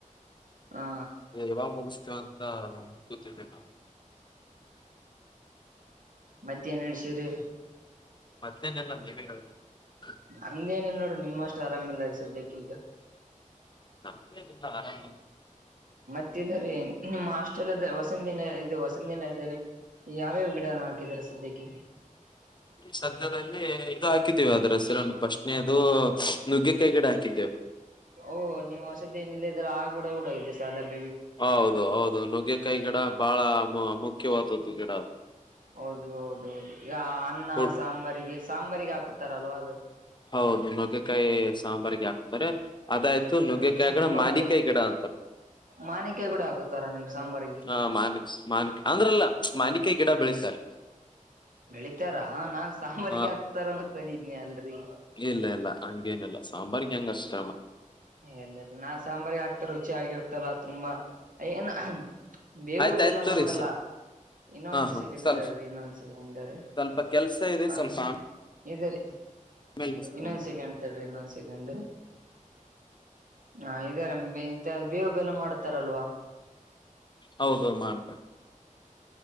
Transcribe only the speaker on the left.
ಇವೆಲ್ಲ ಮುಗಿಸ್ತೀವಿ ಅಂತ ಕೂತಿದೀವಿ ನಾವು.
ಮತ್ತೇನಿಲ್ಲ ನೀವೇ ಹೇಳುಬೇಕು.
ನಮ್ಡೇ ಏನಿಲ್ಲ ಆರಾಮ.
ಸದ್ಯದಲ್ಲಿ ಇದು ಹಾಕಿ. ಅದ್ರ ಹೆಸರನ್ನು ಫಸ್ಟ್ನೇದು ನುಗ್ಗಿ ಕಾಯಿ ಗಿಡ ಹಾಕಿದ್ದೇ.
ಹೌದು ಹೌದು ನುಗ್ಗೆಕಾಯಿ ಗಿಡ ಬಹಳ ಮುಖ್ಯವಾದದ್ದು ಗಿಡ ಅದು.
ಅದು
ಹೌದು ನುಗ್ಗೆಕಾಯಿ ಸಾಂಬಾರಿಗೆ ಹಾಕ್ತಾರೆ. ಅದಾಯ್ತು ನುಗ್ಗೆಕಾಯಿ
ಗಿಡ
ಮಾಡಿಕಾಯಿ
ಗಿಡ ಅಂತಾರೆ.
ಹ ಮಾರ್ನಿಕ್ಸ್ ಮಾನಿಕಾಯಿ ಅಂದ್ರಲ್ಲ ಮಾವಿನಕಾಯಿ ಗಿಡ ಬೆಳೆಸ ಸರಿ
ಹ
ಇಲ್ಲ ಇಲ್ಲ ಹಂಗೇನಿಲ್ಲ ಸಾಂಬಾರಿಗೆ ಹೆಂಗ ಅಷ್ಟ
ಆಯ್ತ
ಆಯ್ತು ತೋರಿ
ಹಾ ಹಾ
ಸ್ವಲ್ಪ
ಸ್ವಲ್ಪ ಕೆಲ್ಸ ಇದೆ
ಸ್ವಲ್ಪ
ಆಮೇಲೆ ಹಚ್ತೇನೆ
ಹೌದೌದು ಮಾಡ್ತ